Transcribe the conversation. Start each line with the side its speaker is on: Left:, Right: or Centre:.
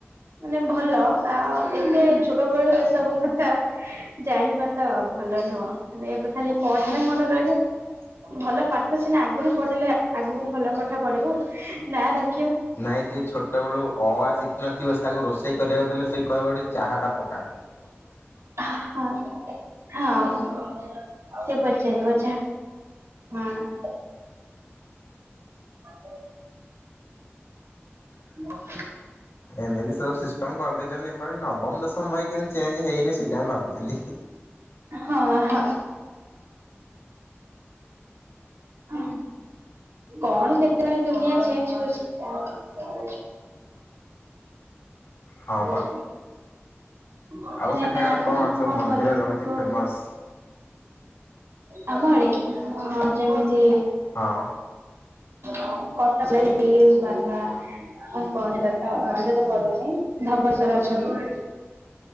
Right: ମାନେ ଭଲ। ଆଁ ଉ ଏତେ ଛୋଟବେଳୁ ଏସବୁ କଥା ଜାଣିବା ତ ଭଲ ନୁହଁ, ମାନେ ଏବେ ଖାଲି ପଢାରେ ମନେ ରହିଲେ ଭଲ ପାଠ ସିନା ଆଗୁରୁ ପଢିଲେ ଆ ଆଗକୁ ଭଲ ପାଠ ପଢିବୁ, ନାଁ ରଖି
Left: ନାଇଁ ଯିଏ ଛୋଟବେଳୁ ଅ ଆ ଶିଖିନଥିବ, ତାକୁ ରୋଷେଇ କରିବାକୁ ଦେଲେ ସେ କହିବ ଏଠି ଚାହାଟା ପକେଇ
Right: ହଁ ହଁ। ସେ ପଚାରିବ ଚାହା ହଁ। ହ <inaudible> ମ <inaudible>
Left: ଏମିତି ସବୁ ସିଷ୍ଟମ କରିଦେଇଛନ୍ତି ଏ ପାଳି ନବମ ଦଶମ ବହି କେମିତି ଚେଞ୍ଜ ହେଇନି ସେଇଟା ମୁଁ ଭାବୁଥିଲି।
Right: ହଁ ହଁ। ହୁଁ। କଣ କେତେବେଳେ ଦୁନିଆ ଚେଞ୍ଜ ହଉଛି ଆୁ
Left: ହଁ ବା।
Right: ଆ <inaudible> ମାନେ
Left: ଆଉ ସେଠାକାର
Right: ଆପଣ
Left: ସବୁ
Right: କଣ
Left: ମନ୍ଦିର
Right: କରିବାକୁ
Left: ରହୁଛି ଫେମସ୍?
Right: ଆମ ଆଡେ? ହଁ ଯେମିତି
Left: ହଁ
Right: <inaudible> ବାବା କଣ ସେଇଟା ତ ମନେ ବି ପଡ଼ୁନି ଧବେଶ୍ଵର ଅଛନ୍ତି।